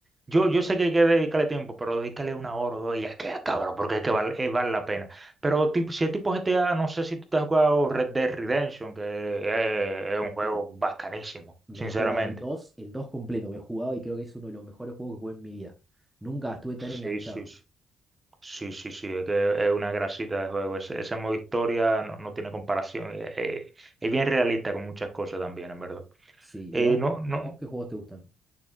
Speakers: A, on the right; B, in the centre.
A: yo, yo sé que hay que dedicarle tiempo, pero dedícale una hora o dos y ya que cabrón, porque es que vale, eh, vale la pena. Pero tipo, si es tipo GTA, no sé si tú te has jugado Red Dead Redemption, que eh, es
B: sí
A: un juego
B: sí.
A: bacanísimo,
B: Me
A: sinceramente.
B: he jugado el dos el dos completo, me he jugado y creo que es uno de los mejores juegos que jugué en mi vida. Nunca estuve tan enganchado.
A: Sí, sí, sí. Sí, sí, sí, es que es una grasita de juego. Ese, ese modo historia no, no tiene comparación. Eh, eh, Es, bien realista con muchas cosas también, en verdad.
B: Sí,
A: Eh,
B: ¿y a vos,
A: no, no.
B: a vos qué juegos te gustan?